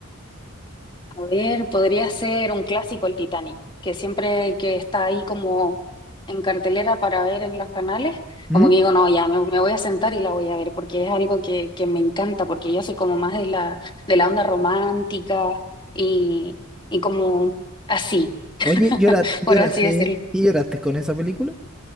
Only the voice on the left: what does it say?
A ver, podría ser un clásico el Titanic, que siempre que está ahí como en cartelera para ver en los canales,
como que digo, no, ya me, me voy a sentar y la voy a ver, porque es algo que, que me encanta, porque yo soy como más de la, de la onda romántica y, y como así, <laughs>
por así decirlo.